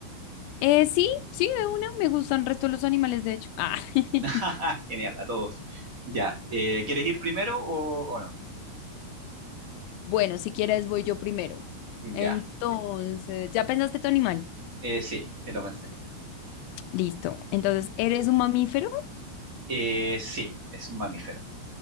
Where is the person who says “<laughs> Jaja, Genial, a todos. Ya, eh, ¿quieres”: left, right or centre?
Right